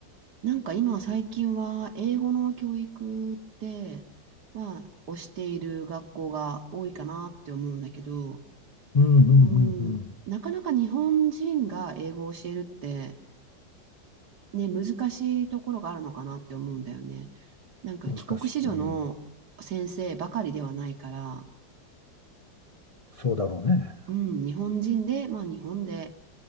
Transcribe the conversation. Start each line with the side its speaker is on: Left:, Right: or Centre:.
Right: なんか今最近は英語の教育って、まあ、推している学校が多いかなって思うんだけど、
Left: うん、うん、
Right: うん、
Left: うん、う
Right: なかなか日本人が英語を教えるって、ね、難しいところがあるのかなって思うんだよね。なんか帰国子女の先生ばかりではないから、
Left: ん難しい、うん、そうだろうね。
Right: うん、日本人で、まあ日本で、